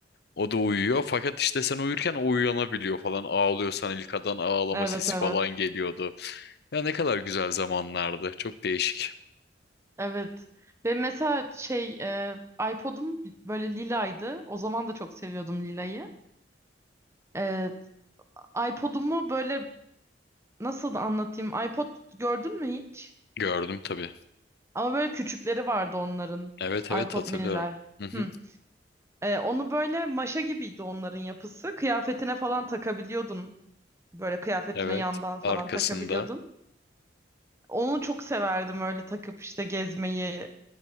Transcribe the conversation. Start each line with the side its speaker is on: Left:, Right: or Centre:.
Left: O da uyuyor. Fakat işte sen uyurken o uyanabiliyor falan. Ağlıyorsan ilkadan ağlama
Right: Evet
Left: sesi
Right: evet.
Left: falan geliyordu. Ya ne kadar güzel zamanlardı. Çok değişik.
Right: Evet. Ve mesela şey e, iPod'um böyle lilaydı. O zaman da çok seviyordum lilayı. Ee, iPod'umu böyle nasıl da anlatayım? iPod gördün mü hiç?
Left: Gördüm tabii.
Right: Ama böyle küçükleri vardı onların.
Left: Evet evet
Right: iPod
Left: hatırlıyorum.
Right: miniler.
Left: Hı hı.
Right: Hı. Ee, onu böyle maşa gibiydi onların yapısı. Kıyafetine falan takabiliyordun. Böyle kıyafetine
Left: Evet.
Right: yandan falan
Left: Arkasında.
Right: takabiliyordun. Onu çok severdim öyle takıp işte gezmeyi.